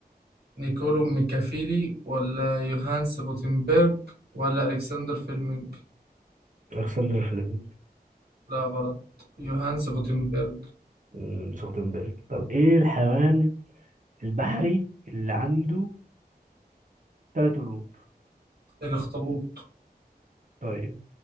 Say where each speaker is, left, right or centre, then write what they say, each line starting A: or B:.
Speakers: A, on the right; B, on the right.
A: نيكولو ميكافيلي ولا يوهانس غوتنبرج ولا ألكسندر فيلمينج
B: ألكسندر فليمنج
A: لا غلط يوهانس غوتنبرج
B: أمم، سخنبرج طب إيه الحيوان البحري اللي عنده ثلاث قلوب
A: الأخطبوط
B: طيب